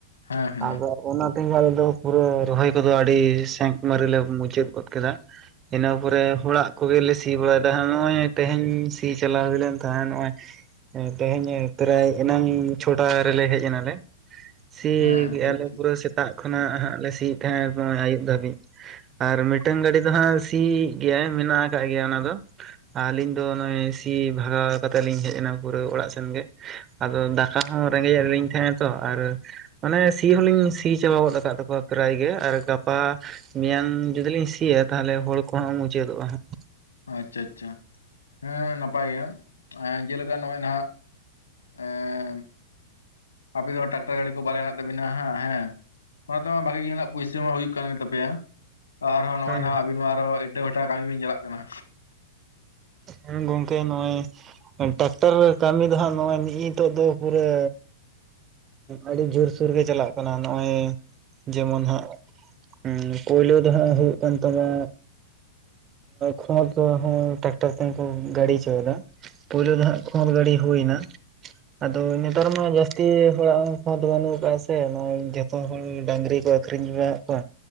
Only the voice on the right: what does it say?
ᱟᱫᱚ ᱚᱱᱟ ᱛᱮᱜᱮ ᱟᱞᱮ ᱫᱚ ᱯᱩᱨᱟᱹ ᱨᱚᱦᱚᱭ ᱠᱚᱫᱚ ᱟᱹᱰᱤ ᱥᱮᱸᱠ ᱢᱟᱹᱨᱮ ᱞᱮ ᱢᱩᱪᱟᱹᱫ ᱜᱚᱫ ᱠᱮᱫᱟ᱾ ᱤᱱᱟᱹ ᱯᱚᱨᱮ ᱦᱚᱲᱟᱜ ᱠᱚᱜᱮᱞᱮ ᱥᱤ ᱵᱟᱲᱟᱭᱮᱫᱟ ᱱᱚᱜᱚᱭ ᱛᱮᱦᱮᱧ ᱥᱤ ᱪᱟᱞᱟᱣ ᱦᱩᱭ ᱞᱮᱱ ᱛᱟᱦᱮᱸᱫ, ᱱᱚᱜᱼᱚᱭ ᱛᱮᱦᱮᱧ ᱯᱨᱟᱭ ᱮᱱᱟᱝ ᱪᱷᱚᱴᱟ ᱨᱮᱞᱮ ᱦᱮᱡ ᱮᱱᱟᱞᱮ᱾ ᱥᱤ
ᱠᱮᱜ
ᱟᱞᱮ
ᱯᱩᱨᱟᱹ ᱥᱮᱛᱟᱜ ᱠᱷᱚᱱᱟᱜ ᱦᱟᱸᱜ ᱞᱮ ᱥᱤᱭᱮᱫ ᱛᱟᱦᱮᱸᱫ ᱱᱚᱜᱼ ᱟᱹᱭᱩᱵ ᱫᱷᱟᱹᱵᱤᱡ᱾ ᱟᱨ ᱢᱤᱫᱴᱟᱝ ᱜᱟᱹᱰᱤ ᱫᱚ ᱦᱟᱸᱜ ᱥᱤᱭᱮᱫ ᱜᱮᱭᱟ ᱢᱮᱱᱟᱜ ᱟᱠᱟᱫ ᱜᱮᱭᱟ ᱚᱱᱟ ᱫᱚ᱾ ᱟᱹᱞᱤᱧ ᱫᱚ ᱱᱚᱜᱼᱚᱭ ᱥᱤ ᱵᱷᱟᱜᱟᱣ ᱠᱟᱛᱮᱜ ᱞᱤᱧ ᱦᱮᱡ ᱮᱱᱟ ᱯᱩᱨᱟᱹ ᱚᱲᱟᱜ ᱥᱮᱱᱜᱮ᱾ ᱟᱫᱚ ᱫᱟᱠᱟ ᱦᱚᱸ ᱨᱮᱸᱜᱮᱡ ᱞᱤᱧ ᱛᱟᱦᱮᱸᱱᱟ ᱛᱚ, ᱟᱨ ᱢᱟᱱᱮ ᱥᱤ ᱦᱚᱞᱤᱧ ᱥᱤ ᱪᱟᱵᱟ ᱜᱚᱫ ᱟᱠᱟᱫ ᱛᱟᱠᱚᱣᱟ ᱯᱨᱟᱭ ᱜᱮ, ᱟᱨ ᱜᱟᱯᱟ ᱢᱮᱭᱟᱝ ᱡᱩᱫᱤ ᱞᱤᱧ ᱥᱤᱭᱟ ᱛᱟᱦᱚᱞᱮ ᱦᱚᱲ ᱠᱚᱦᱚᱸ ᱢᱩᱪᱟᱹᱫᱚᱜᱼᱟ ᱦᱟᱸᱜ᱾
ᱦᱟᱸᱜ
ᱦᱮᱸ ᱜᱚᱝᱠᱮ ᱱᱚᱜᱼᱚᱭ ᱴᱨᱟᱠᱴᱟᱨ ᱠᱟᱹᱢᱤ ᱫᱚ ᱦᱟᱜ ᱱᱚᱜᱼᱚᱭ ᱱᱤᱛᱚᱜ ᱫᱚ ᱯᱩᱨᱟᱹ ᱟᱹᱰᱤ ᱡᱳᱨᱥᱳᱨ ᱜᱮ ᱪᱟᱞᱟᱜ ᱠᱟᱱᱟ ᱱᱚᱜᱼᱚᱭ, ᱡᱮᱢᱚᱱ ᱦᱟᱸᱜ ᱦᱩᱸ ᱯᱳᱭᱞᱳ ᱫᱚ ᱦᱟᱸᱜ ᱦᱩᱭᱩᱜ ᱠᱟᱱ ᱛᱟᱢᱟ ᱠᱷᱚᱛ ᱦᱚᱸ ᱴᱨᱟᱠᱴᱟᱨ ᱛᱮ ᱠᱚ ᱜᱟᱲᱤ ᱦᱚᱪᱚᱭᱮᱫᱟ᱾ ᱯᱳᱭᱞᱩ ᱫᱚ ᱦᱟᱸᱜ ᱠᱷᱚᱸᱫᱽ ᱜᱟᱹᱰᱤ ᱦᱩᱭ ᱱᱟ, ᱟᱫᱚ ᱱᱮᱛᱟᱨ ᱢᱟ ᱡᱟᱹᱥᱛᱤ ᱦᱚᱲᱟᱜ <unintelligible> ᱚᱱᱠᱟ ᱫᱚ ᱵᱟᱹᱱᱩᱜ ᱟᱠᱟᱫᱟᱼᱟ ᱥᱮ ᱡᱷᱚᱛᱚ ᱦᱚᱲ ᱰᱟᱹᱝᱨᱤ ᱠᱚ ᱟᱠᱷᱨᱤᱧᱫ ᱠᱚᱣᱟ᱾